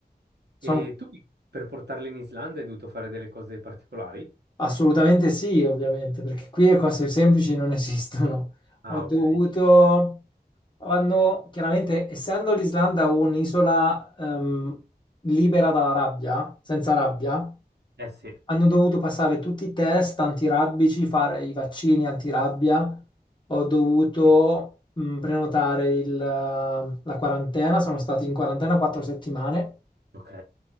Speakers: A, on the left (about 30°); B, on the right (about 80°).
A: Sono
B: E tu per portarli in Islanda hai dovuto fare delle cose particolari?
A: assolutamente sì, ovviamente, perché qui le cose semplici non esistono.
B: Ah,
A: Ho dovuto...
B: ok.
A: Hanno, chiaramente, essendo l'Islanda un'isola ehm, libera dalla rabbia, senza rabbia,
B: Eh sì,
A: hanno dovuto passare tutti i test antirabbici, fare i vaccini antirabbia. Ho dovuto
B: sì.
A: mh, prenotare il, eh, la quarantena, sono stati in quarantena quattro settimane
B: Ok,